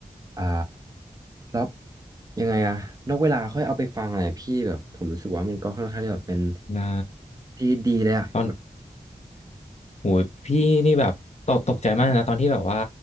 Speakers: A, on the right; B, on the left.
A: อ่ารอบยังไงอะนอกเวลาค่อยเอาไปฟังอะไรพี่แบบผมรู้สึกว่ามันก็ค่อนข้างที่แบบเป็น
B: นะ
A: ที่ดีเลยอะแบบ
B: ตอน โหยพี่นี่แบบตกตกใจมากนะตอนที่แบบว่า